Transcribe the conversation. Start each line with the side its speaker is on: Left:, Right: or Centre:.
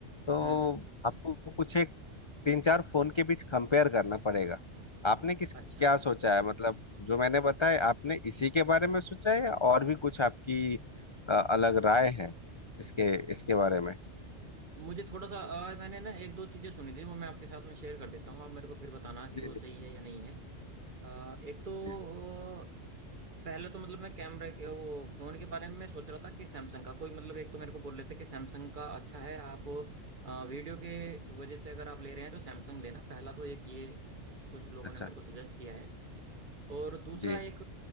Left: तो
Right: हम्म हम्म
Left: आपको कुछ एक तीन चार फोन के बीच कंपेयर करना पड़ेगा आपने किस क्या
Right: अच्छा
Left: सोचा है मतलब जो मैंने बताया आपने इसी के बारे में सोचा है या और भी कुछ आपकी अ, अलग राय है इसके इसके बारे में
Right: मुझे थोड़ा सा आ, मैंने ना एक दो चीजें सुनी थी वो मैं आपके साथ में शेयर कर देता हूँ आप मेरे को फिर बताना कि
Left: जी
Right: वो
Left: जी
Right: सही
Left: जी
Right: है या नहीं है आ, एक तो
Left: जी।
Right: अ, पहले तो मतलब मैं कैमरे के वो फोन के बारे में मैं सोच रहा था कि सैमसंग का कोई मतलब एक तो मेरे को बोल रहे थे कि सैमसंग का अच्छा है आप अ, वीडियो के वजह से अगर आप ले रहे हैं तो सैमसंग लेना पहला तो एक ये कुछ लोगों
Left: अच्छा
Right: ने मेरे को सजेस्ट किया है और दूसरा
Left: जी
Right: एक